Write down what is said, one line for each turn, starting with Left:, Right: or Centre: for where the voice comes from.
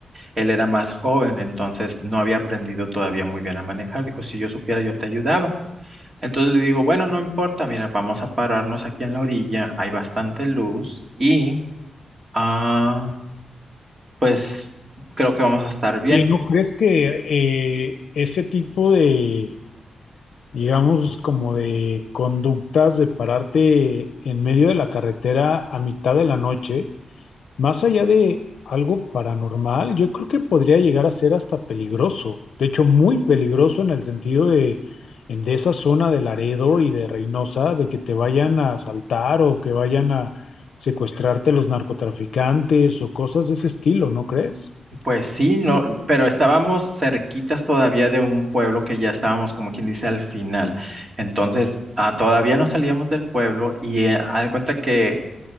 Right: él era más joven, entonces no había aprendido todavía muy bien a manejar. Dijo, si yo supiera, yo te ayudaba. Entonces le digo, bueno, no importa, mira, vamos a pararnos aquí en la orilla, hay bastante luz y Ah, pues creo que vamos a estar bien.
Left: ¿Y no crees que eh, ese tipo de, digamos, como de conductas de pararte en medio de la carretera a mitad de la noche, Más allá de algo paranormal, yo creo que podría llegar a ser hasta peligroso. De hecho, muy peligroso en el sentido de, en- de esa zona de Laredo y de Reynosa, de que te vayan a asaltar o que vayan a secuestrarte los narcotraficantes o cosas de ese estilo, ¿no crees?
Right: Pues sí, no, pero estábamos cerquitas todavía de un pueblo que ya estábamos, como quien dice, al final. Entonces, ah, todavía no salíamos del pueblo y eh, haz de cuenta que